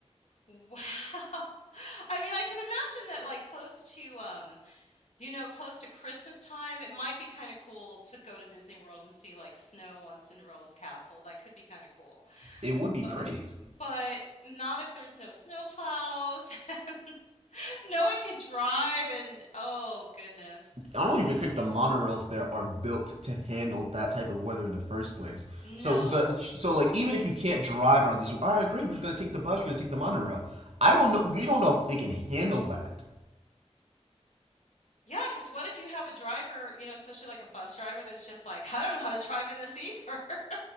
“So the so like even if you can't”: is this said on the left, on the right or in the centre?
Right